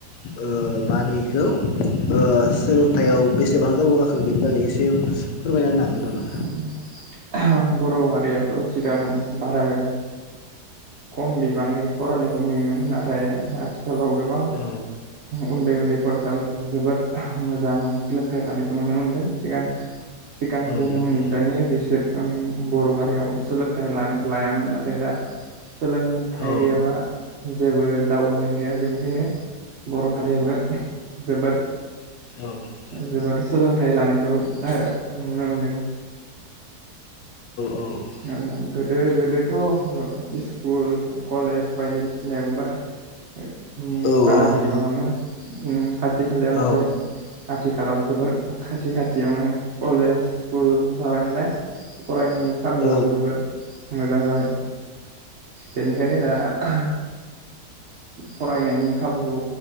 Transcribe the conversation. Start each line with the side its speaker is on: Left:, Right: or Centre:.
Left: ओ माने इखौ ओ सोलोंथायाइयाव बेसेबां जाबोआखै बेनि बागै एसे फोरमायना होनो हागोन
Right: <unintelligible>
Left: नामा
Right: बर' हारियाथ' सिगां भाराय खम बिबाङै फरायनायखौ नुयोमोन नाथाय आथि आखेलाव गोबां
Left: औ
Right: उन्दै उन्दै फरायसाफोरखौ जोबोर <unintelligible> मोजां सोलोंथाइ लानायखौ नुनो मोनदों सिगां सिगां
Left: औ
Right: जोनोमनिफ्रायनो बिसोर बर' हारियाव सोलोंथाइ लानो लायामोन नाथाय दा सोलोंथाइ
Left: औ
Right: गैयाबा जेबो दावगानाय गैया बेनिखायनो बर' हारियाबो <unintelligible> जोबोर
Left: औ
Right: <inaudible> जोबोर सोलोंथाइ लानायखौ <unintelligible> नुनो मोनदों
Left: औ
Right: <unintelligible> गोदो गोदोथ' इस्कुल कलेज बायदिसिनायाबो बारा उम
Left: औ
Right: बारा
Left: औ
Right: जबाङामोन उम खा खाथि खालायाव
Left: औ
Right: नाथाय आथिखालाव जोबोर खाथि खाथियावनो कलेज स्कुल जाबाय नालाय फरायनायनि खाबुआबो
Left: औ
Right: जोबोर मोजां जाबाय। बेनिखायनो दा <unintelligible> फरायनायनि खाबुखौ